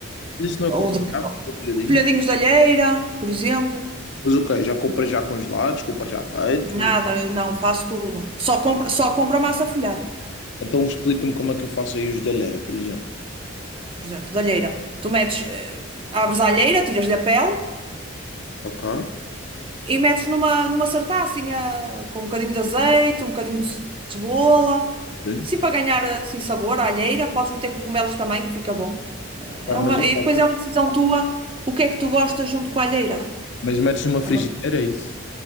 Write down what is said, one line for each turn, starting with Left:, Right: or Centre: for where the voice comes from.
Left: Isso não
Right: ou
Left: é complicado,
Right: de,
Left: folhadinhos.
Right: folhadinhos de alheira, por exemplo.
Left: Mas ok, já comprei já congelados, comprei já feitos.
Right: Nada, não, faço tudo. Só compro, só compro a massa folhada,
Left: Então explica-me como é que eu faço aí os da alheira, por exemplo.
Right: por exemplo, de alheira. Tu metes, eh, abres a alheira, tiras-lhe a pele
Left: Ok.
Right: e metes numa, numa sartacinha com um bocadinho de azeite, um bocadinho de cebola.
Left: Sim.
Right: Sim, para ganhar assim sabor à alheira, podes meter cogumelos também, que fica bom. É
Left: Pá, Mas,
Right: uma,
Left: ok.
Right: e depois é uma decisão tua, o que é que tu gostas junto com a alheira.
Left: Mas metes numa frigideira,
Right: É uma...
Left: é isso?